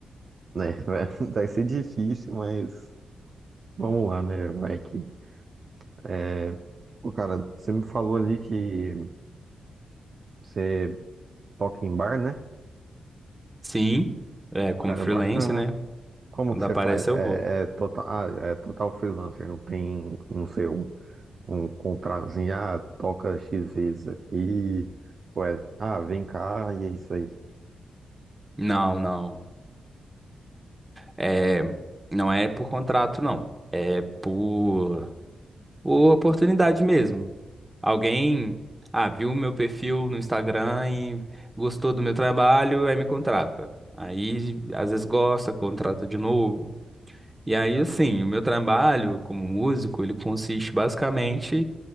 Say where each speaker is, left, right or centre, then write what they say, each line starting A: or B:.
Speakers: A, on the right; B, on the right.
A: né, <laughs> vai, vai ser difícil, mas vamos lá, né, vai que. é, Pô, cara, você me falou ali que você toca em bar, né?
B: Sim, é
A: Pô,
B: como
A: cara,
B: freelance,
A: bacana.
B: né?
A: Como
B: Quando
A: que você
B: aparece
A: faz? É,
B: eu vou.
A: é total, ah, é total freelancer, não tem, não sei, um, um contrato assim, ah, toca X vezes aqui, ou é, ah, vem cá e é isso aí.
B: Não, não. É, não é por contrato, não. É por, por oportunidade mesmo. Alguém, ah, viu meu perfil no Instagram e gostou do meu trabalho, aí me contrata. Aí, às vezes gosta, contrata de novo. E aí, assim, o meu trabalho como músico, ele consiste basicamente